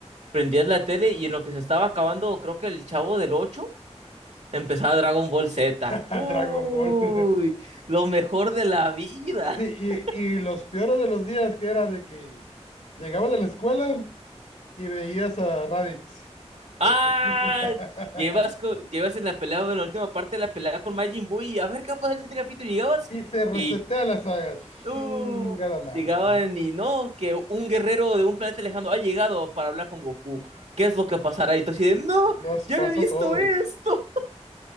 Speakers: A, on the right (about 75°); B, on the left (about 85°).
A: prendías la tele y en lo que se estaba acabando, creo que el Chavo del Ocho. Empezaba Dragon Ball Z.
B: Dragon
A: Uy,
B: Ball. <laughs>
A: lo mejor de la vida.
B: Sí, y,
A: <laughs>
B: y los peores de los días que era de que llegabas de la escuela y veías a Raditz.
A: Ah,
B: Porque. <laughs>
A: llevas, co- llevas en la pelea, en la última parte de la pelea con Majin Buu y a ver qué pasa en el siguiente capítulo. Y Llegabas
B: Y se resetea
A: y
B: la saga. Chingada
A: uh,
B: madre.
A: llegaban y no, que un guerrero de un planeta lejano ha llegado para hablar con Goku. ¿Qué es lo que pasará? Y tú así de, no,
B: Nos
A: ya
B: pasó
A: había visto
B: a todos.
A: esto.